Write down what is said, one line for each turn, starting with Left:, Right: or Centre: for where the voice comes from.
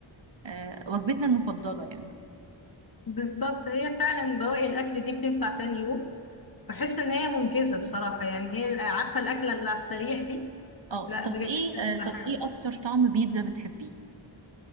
Right: آه وجبتنا المفضلة يعني
Left: بالظبط هي فعلا بواقي الاكل دي بتنفع تاني يوم بحس ان هي منجزه بصراحه يعني هي عارفه الاكله اللي على السريع دي
Right: اه
Left: لا
Right: طب
Left: بجد
Right: ايه
Left: بتبقى
Right: آه طب
Left: حلوه
Right: ايه اكتر طعم بيتزا بتحبيه